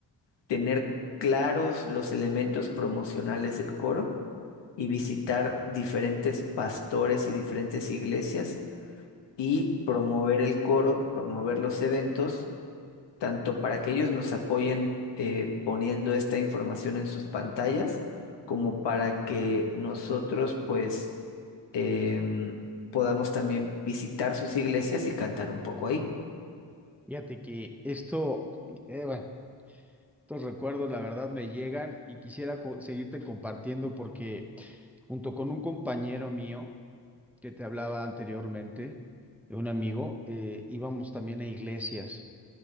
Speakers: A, on the left (about 75°); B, in the centre.
A: tener claros los elementos promocionales del coro y visitar diferentes pastores y diferentes iglesias y promover el coro, promover los eventos, tanto para que ellos nos apoyen eh, poniendo esta información en sus pantallas, como para que nosotros pues em, podamos también visitar sus iglesias y cantar un poco ahí.
B: Fíjate que esto, eh, bueno, estos recuerdos, la verdad, me llegan y quisiera co- seguirte compartiendo porque junto con un compañero mío, que te hablaba anteriormente, de un amigo, eh, íbamos también a iglesias,